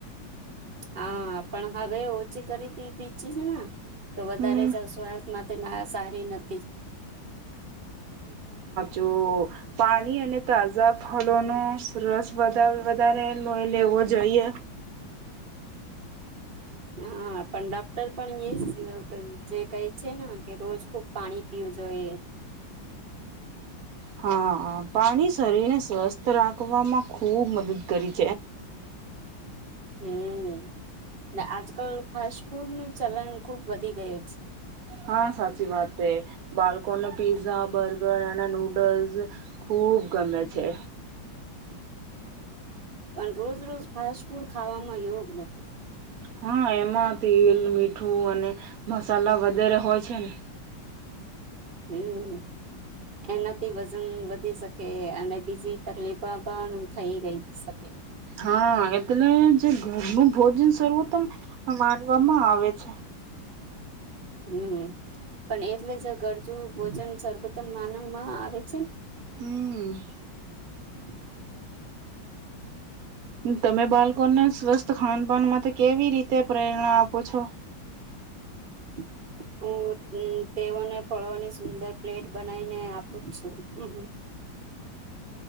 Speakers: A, on the right; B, on the right.
A: હા પણ હવે ઓછી કરી દીધી છે ને તો વધારે
B: હમ
A: સ્વાસ્થ્ય માટે ના સારી નથી
B: જો પાણી અને તાજા ફળનો રસ વધારે લઈ લેવું જોઈએ
A: હા પણ ડોક્ટર પણ એ જે કહે છે ને કે રોજ ખુબ પાણી પીવું જોઈએ
B: હા પાણી શરીર ને સ્વસ્થ રાખવામાં ખુબ મદદ કરે
A: હમ આજકાલ ફાસ્ટ ફૂડ નું ચલન ખુબ વધી ગયુ છે
B: હા સાચી વાત છે બાળકોને પીઝા બર્ગર અને નૂડલ્સ ખૂબ ખૂબ ગમે છે
A: <inaudible> પણ રોજ રોજ ફાસ્ટ ફૂડ ખાવામાં યોગ નથી
B: હા એમાં તેલ મીઠું અને મસાલા વગેરે હોય છે ને
A: હમ એનાથી વજન વધી શકે અને બીજી તકલીફ પણ થઈ ગઈ શકે
B: હા એટલે જે ઘરનું ભોજન સર્વોત્તમ માનવામાં આવે છે
A: <inaudible> હમ પણ એટલે જ ઘરનુ ભોજન સર્વોત્તમ માનવમાં આવે
B: હમ
A: <unintelligible>
B: તમે બાળકોને સ્વસ્થ ખાન પાાન માટે કેવી રીતે પ્રેરણા આપો છો
A: <inaudible> હું તેઓને ફળોની સુંદર પ્લેટ બનાવીને આપું જ છું